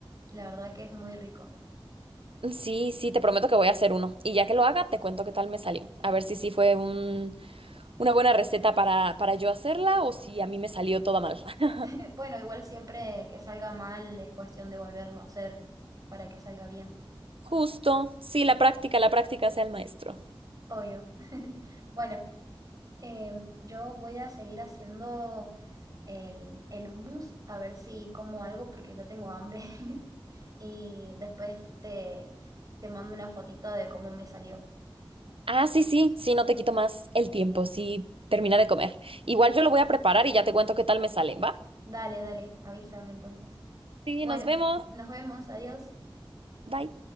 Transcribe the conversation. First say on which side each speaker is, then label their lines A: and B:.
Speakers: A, on the right (about 40°); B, on the right (about 80°).
A: la verdad que es muy rico.
B: Sí, sí, te prometo que voy a hacer uno. Y ya que lo haga, te cuento qué tal me salió. A ver si sí fue un, una buena receta para, para yo hacerla o si a mí me salió toda mal. <laughs>
A: <laughs> Bueno, igual siempre que salga mal es cuestión de volverlo a hacer para que salga bien.
B: Justo, sí, la práctica, la práctica sea el maestro.
A: Obvio. <laughs> Bueno, em, yo voy a seguir haciendo el, el hummus, a ver si como algo porque ya tengo hambre. <laughs> Y después te, te mando una fotito de cómo me salió.
B: Ah, sí, sí, sí, no te quito más el tiempo, sí, termina de comer. Igual yo lo voy a preparar y ya te cuento qué tal me sale, ¿va?
A: Dale, dale, avísame entonces.
B: Sí,
A: Bueno,
B: nos vemos.
A: nos vemos, adiós.
B: Bye.